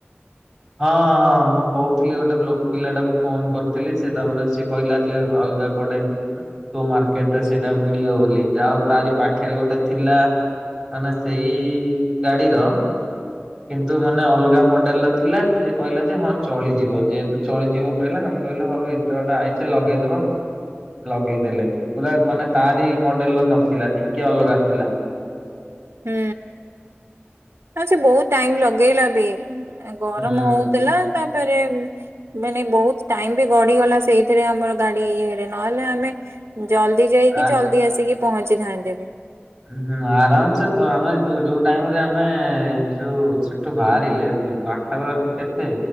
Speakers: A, in the centre; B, on the right.
A: ହଁ ହଁ ମୁଁ କହୁଥିଲି ଗୋଟେ ଲୋକ୍ ପିଲାଟାକୁ ଫୋନ କରିଥିଲି ସେ ତାପରେ ସିଏ କହିଲା ଯେ ଅଲଗାକୁ <unintelligible> ତୋ ମାର୍କେଟରେ ସେଇଟା ମିଳିବ ବୋଲି ଯାହାଉ ତାରି ପାଖରେ ଗୋଟେ ଥିଲା ମାନେ ସେଇ ଗାଡ଼ିର କିନ୍ତୁ ମାନେ ଅଲଗା ମଡେଲ୍ ର ଥିଲା ସେ କହିଲା ଯେ ହଁ ଚଳିଯିବ ଯେହେତୁ ଚଳିଯିବ କହିଲା ଆମେ କହିଲୁ ହଉ ଏତେବାଟ ଆଇଚୁ ଲଗେଇଦବା। ଲଗେଇଦେଲେ ପୁରା ମାନେ ତାରି ମଡେଲ୍ ର ନଥିଲା ଟିକେ ଅଲଗା ଥିଲା।
B: ହୁଁ ଆ ସେ ବହୁତ୍ ଟାଇମ୍ ଲଗେଇଲା ଏବେ ଏ ଗରମ
A: ହୁଁ
B: ହଉଥିଲା ତାପରେ ମାନେ ବହୁତ ଟାଇମ ବି ଗଢିଗଲା ସେଇଥିରେ ଆମର ଗାଡି ଇଏରେ ନହେଲେ ଆମେ ଜଲ୍ଦି ଯାଇକି
A: ଆ
B: ଜଲ୍ଦି ଆସିକି ପହଞ୍ଚିଥାନ୍ତେ ବି।
A: ହୁଁ ଆରାମ ସେ ପ ଆମେ ଯୁ ଯୁଟାଇମରେ ଆମେ ଯୁ ଠୁ ବାହାରିଲେ ପାଖାପାଖି କେତେ?